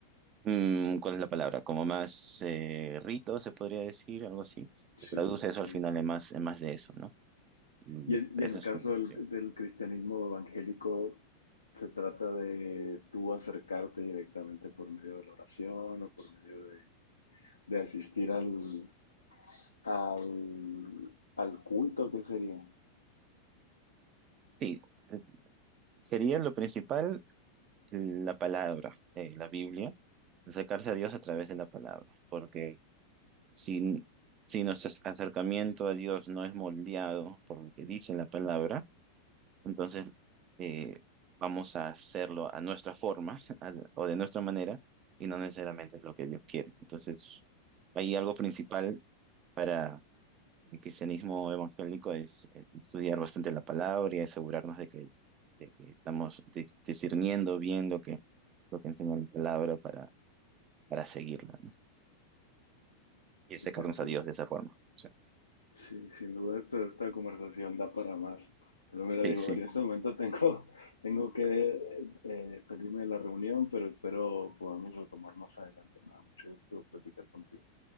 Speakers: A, on the right; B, on the left.
A: mm, ¿cuál es la palabra? Como más eh, rito, se podría decir, algo así. Se
B: sí,
A: traduce eso
B: sí.
A: al final en más, en más de eso, ¿no? Y
B: Y, en-
A: eso
B: y en el
A: es
B: caso
A: una
B: del,
A: opción.
B: del cristianismo evangélico, se trata de tú acercarte directamente por medio de la oración o por medio de, de asistir al, al, al culto, ¿qué sería?
A: Sí, eh, sería lo principal, la palabra, eh, la Biblia, acercarse a Dios a través de la palabra, porque Si, si nuestro acercamiento a Dios no es moldeado por lo que dice la palabra, entonces eh, vamos a hacerlo a nuestra forma <laughs> a- o de nuestra manera y no necesariamente es lo que Dios quiere. Entonces, hay algo principal para el cristianismo evangélico es eh, estudiar bastante la palabra y asegurarnos de que, de que estamos di- discerniendo bien lo que, lo que enseña la palabra para, para seguirla, ¿no? Y acercarnos
B: Qué interesante.
A: a Dios de esa forma. O sea,
B: Sí, sin duda esto- esta conversación da para más. Pero mira,
A: sí,
B: digo,
A: sí.
B: en este momento tengo, <laughs> tengo que eh, salirme de la reunión, pero espero podamos retomar más adelante. Me da mucho gusto platicar contigo.